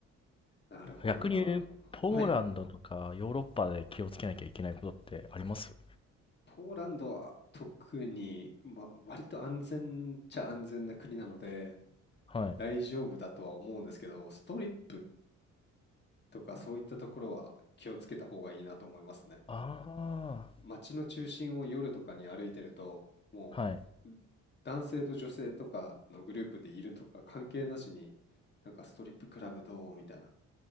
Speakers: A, on the left; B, on the left.
A: なるほどな。
B: 逆に、ポーランドとかヨーロッパで気をつけなきゃいけないことってあります
A: はい。ポーランドは特に、まあ、割と安全っちゃ安全な国なので、
B: はい。
A: 大丈夫だとは思うんですけど、ストリップとかそういったところは気をつけた方がいいなと思いますね。
B: あ
A: 街の中心を夜とかに歩いてると、もう、
B: あ、はい。
A: 男性と女性とかのグループでいるとか関係なしに、なんかストリップクラブどうみたいな、